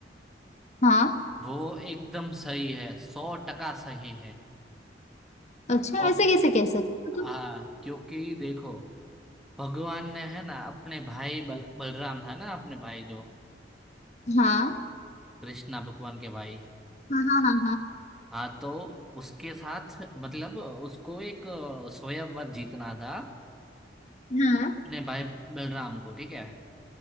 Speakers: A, on the left (about 40°); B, in the centre.
A: हाँ
B: वो एकदम सही है सौ टका सही है
A: अच्छा
B: और
A: ऐसा कैसे कह सकते
B: हाँ
A: हो
B: क्योंकि देखो भगवान ने है ना अपने भाई बल, बलराम था ना अपने भाई जो
A: तुम हाँ
B: कृष्णा भगवान के भाई
A: हाँ हाँ
B: हाँ तो उसके साथ मतलब उसको एक अ, स्वयंवर जीतना था
A: हाँ
B: अपने भाई बलराम को ठीक है